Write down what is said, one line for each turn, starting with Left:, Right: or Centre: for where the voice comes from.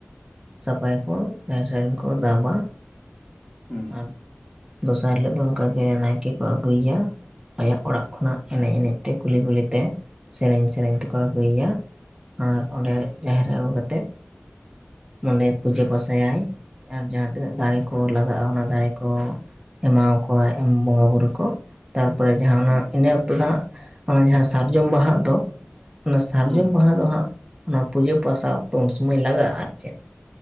Right: ᱥᱟᱯᱷᱟᱭᱟᱠᱚ ᱡᱟᱦᱮᱨ ᱥᱟᱹᱲᱤᱢ ᱠᱚ ᱫᱟᱵᱟ
Left: ᱦᱩᱸ
Right: ᱟᱨ ᱫᱚᱥᱟᱨ ᱦᱤᱞᱚᱜ ᱫᱚ ᱚᱱᱠᱟ ᱜᱮ ᱱᱟᱭᱠᱮ ᱠᱚ ᱟᱹᱜᱩᱭᱟ ᱟᱭᱟᱜ ᱚᱲᱟᱜ ᱠᱷᱚᱱᱟᱜ ᱮᱱᱮᱡ ᱮᱱᱮᱡ ᱛᱮ ᱠᱩᱞᱤ ᱠᱩᱞᱤ ᱛᱮ ᱥᱮᱨᱮᱧ ᱥᱮᱨᱮᱧ ᱛᱮᱠᱚ ᱟᱹᱜᱩᱭᱟ ᱟᱨ ᱚᱸᱰᱮ ᱡᱟᱦᱮᱨ ᱨᱮ ᱟᱹᱜᱩ ᱠᱟᱛᱮᱫ ᱚᱸᱰᱮ ᱯᱩᱡᱟᱹ ᱯᱟᱥᱟᱭᱟᱭ ᱟᱨ ᱡᱟᱦᱟᱸ ᱛᱤᱱᱟᱹᱜ ᱫᱟᱲᱮ ᱠᱚ ᱞᱟᱜᱟᱜᱼᱟ ᱚᱱᱟ ᱫᱟᱲᱮ ᱠᱚ ᱮᱢᱟᱣᱟᱠᱟᱭ ᱮᱢ ᱵᱚᱸᱜᱟ ᱵᱩᱨᱩ ᱠᱚ ᱛᱟᱯᱚᱨᱮ ᱡᱟᱦᱟ
Left: ᱦᱩᱸ
Right: ᱚᱱᱟ ᱤᱱᱟ ᱚᱠᱛᱚ ᱫᱚ ᱦᱟᱸᱜ ᱚᱱᱟ ᱡᱟᱦᱟᱸ ᱥᱟᱨᱡᱚᱢ ᱵᱟᱦᱟᱜ ᱫᱚ᱾ ᱚᱱᱟ ᱥᱟᱨᱡᱚᱢ
Left: ᱦᱩᱸ
Right: ᱵᱟᱦᱟ ᱫᱚ ᱦᱟᱸᱜ ᱚᱱᱟ ᱯᱩᱡᱟᱹ ᱯᱟᱥᱟᱣ ᱚᱠᱛᱚ ᱩᱱ ᱥᱚᱢᱚᱭ ᱞᱟᱜᱟᱜᱼᱟ ᱟᱨ ᱪᱮᱫ᱾